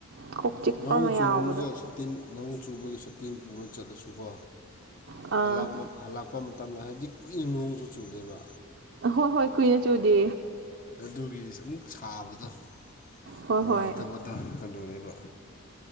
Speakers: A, on the right; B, on the left.
A: ꯀꯣꯛ ꯆꯤꯛꯄ
B: ꯅꯣꯡ
A: ꯑꯃ ꯌꯥꯎꯕꯗꯣ
B: ꯆꯨꯔꯒ ꯁꯇꯤꯟ ꯅꯉꯨ ꯆꯨꯕꯒꯤ ꯁꯇꯤꯟ ꯄꯨꯅ ꯆꯠꯂꯁꯨꯀꯣ
A: ꯑꯥ
B: ꯍꯂꯛꯃꯛ ꯍꯜꯂꯛꯄ ꯃꯇꯝꯗ ꯍꯥꯏꯕꯗꯤ ꯀꯨꯏꯅ ꯅꯣꯡꯁꯨ ꯆꯨꯗꯦꯕ
A: ꯍꯣꯏ ꯍꯣꯏ ꯀꯨꯏꯅ ꯆꯨꯗꯦ
B: ꯑꯗꯨꯒꯤ ꯑꯃꯨꯛ ꯁꯥꯕꯗꯣ
A: ꯍꯣꯏ
B: ꯅꯨꯡꯉꯥꯏꯇꯕꯗꯣ
A: ꯍꯣꯏ
B: ꯍꯟꯗꯣꯛꯅꯦꯕ